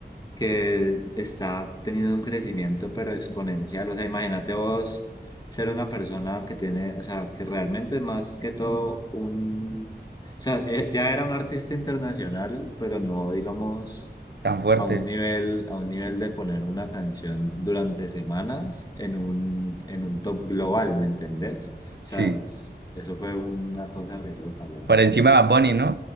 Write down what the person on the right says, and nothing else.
Tan fuerte,
sí.
Por encima de Bad Bunny, ¿no?